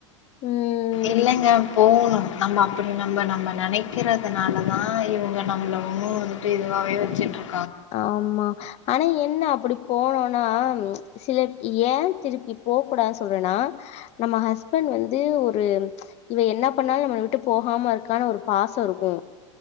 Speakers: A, on the left (about 40°); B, on the left (about 75°).
A: ம்
B: இல்லங்க போகணு நம்ம அப்பிடி நம்ப நம்ப நெனைக்கிறதுனாலதா இவுங்க நம்ள உன்னு வந்து ட்டு இதுவாவே வச்சுட்ரு
A: ஆமா ஆனா என்ன அப்பிடி போனோனா சில ஏ திருப்பி போ குடாது சொல்றேனா நம்ம ஹஸ்பண்ட் வந்து ஒரு இவ என்ன பண்ணாலு நம்ம ள‌ விட்டு போகாம இருக்கானு ஒரு பா ச இருக்கு